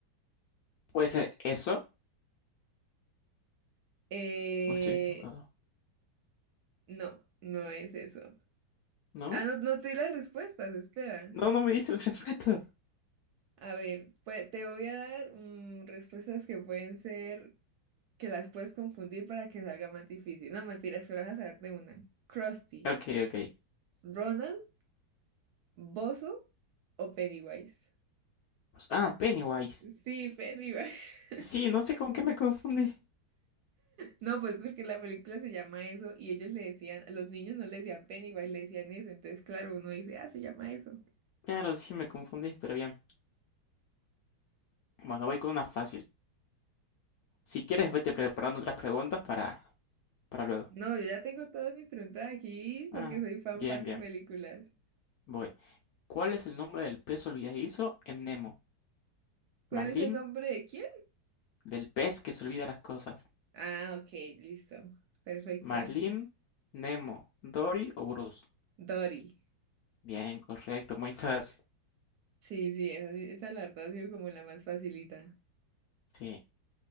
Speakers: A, on the left; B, on the right.
A: ¿Puede ser eso?
B: Eh,
A: ¿O estoy equivocado?
B: no, no es eso.
A: ¿No?
B: Ah, no, no te di las respuestas, espera.
A: No, no me diste las respuestas. <laughs>
B: A ver, pues te voy a dar mm, respuestas que pueden ser que las puedes confundir para que salga más difícil. No, mentiras, pero vas a saber de una. Krusty,
A: Ok, ok.
B: Ronald, Bozo o Pennywise.
A: Pues- Ah, Pennywise.
B: Sí, Pennywise. <laughs>
A: Sí, no sé con qué me confundí.
B: No, pues porque la película se llama eso y ellos le decían, los niños no le decían Pennywise, le decían eso. Entonces, claro, uno dice, ah, se llama eso.
A: Claro, sí me confundí, pero bien. Bueno, voy con una fácil. Si quieres, vete preparando otras preguntas para, para luego.
B: No, yo ya tengo todas mis preguntas aquí porque
A: Ah,
B: soy fan
A: bien,
B: fan
A: bien.
B: de películas.
A: Voy. ¿Cuál es el nombre del pez olvidadizo en Nemo?
B: ¿Cuál
A: Marlin,
B: es el nombre de quién?
A: del pez que se olvida las cosas.
B: Ah, ok, listo. Perfecto.
A: Marlin, Nemo, Dory o Bruce.
B: Dory.
A: Bien, correcto, muy fácil.
B: Sí, sí, esa, sí- esa la verdad ha sido como la más facilita.
A: Sí,